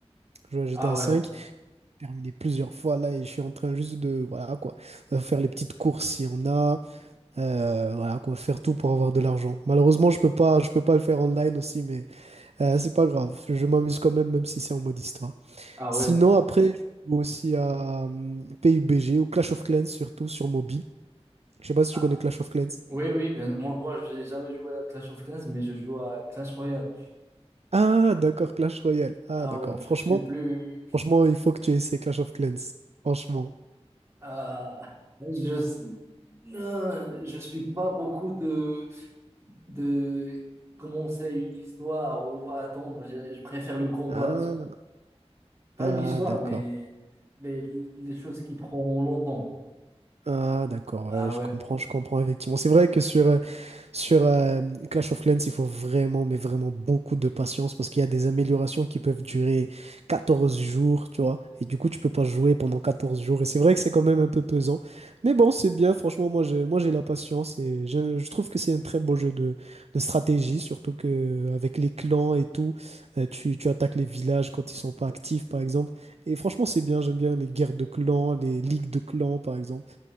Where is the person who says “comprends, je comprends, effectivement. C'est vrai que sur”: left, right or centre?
Right